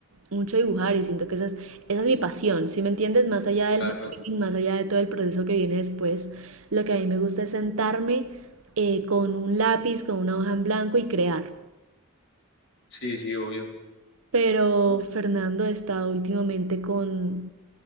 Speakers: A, on the right; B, on the left.
A: mucho dibujar y siento que esa es, esa es mi pasión, ¿Sí me entiendes? Más allá del
B: claro,
A: marketing, más allá de todo el proceso que viene después, lo que a mí me gusta es sentarme eh, con un lápiz, con una hoja en blanco y crear.
B: sí, sí, obvio.
A: Pero Fernando he estado últimamente con,